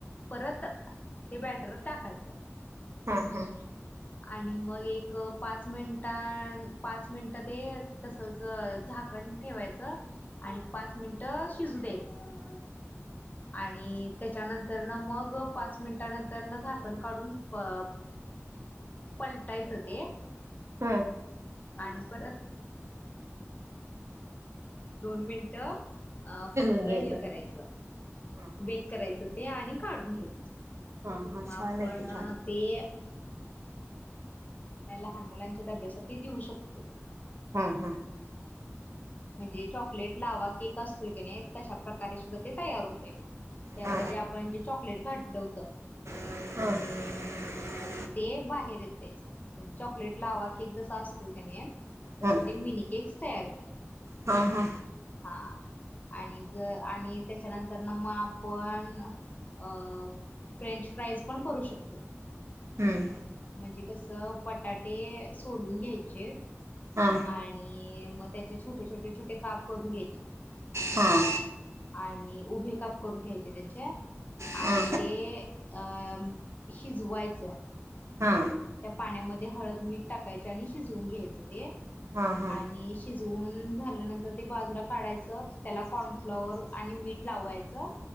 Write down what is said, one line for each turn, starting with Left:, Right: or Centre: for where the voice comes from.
Left: परत ते बॅटर टाकायचं
Right: हा हा
Left: आणि मग एक पाच मिनट पाच मिनिट ते तसच झाकण ण ठेवायच आणि पाच मिनट शिजू द्यायचं आणि त्याच्यानंतर न मग पाच मिनिट नंतर न झाकण काढून अ पलटायचं ते
Right: हा
Left: पाणी परत दोन मिनिट अ
Right: शिजवून
Left: फक्त
Right: घ्यायचं
Left: हे करायचं
Right: हा हा
Left: बेक करायचं ते आणि काढून घ्यायचं
Right: हा हा
Left: मग
Right: छान
Left: आपण
Right: आहे की छान
Left: ते लहान मुलांच्या डब्यासाठी देऊ शकतो
Right: हा हा
Left: म्हणजे चॉकलेट लावा केक असतोय की नाही तशा प्र्रकारे सुद्धा ते तयार होतेय मग त्यातलं
Right: हा
Left: ते आपण जे चॉकलेट घातलं होतं
Right: हम
Left: ते बाहेर येते म्हणजे चॉकलेट लावा केक जसा असतोय क नाही तस
Right: हा
Left: ते मिनी केेक्स तयार होत्या
Right: हा हा
Left: हा आणि ज आणि त्याच्यानंतर ना मग आपण अ फ्रेंच फ्राईज पण करू शकतोय.
Right: हम्म
Left: म्हणजे कसं बटाटे सोलून घ्यायचे
Right: हा
Left: आणि मग त्याचे छोटे छोटे छोटे काप करून घ्यायचे.
Right: हा
Left: आणि उभे काप करून घ्यायचे त्याचे
Right: हा
Left: आणि ते अं शिजवायचं
Right: हा
Left: त्या पाण्यामध्ये हळद मीठ टाकायचे आणि शिजवून घ्यायचं ते
Right: हा हा
Left: आणि शि वून झाल्यानंतर ते बाजूला काढायचं त्याला कॉर्नफ्लॉवर आणि मीठ लावायचं.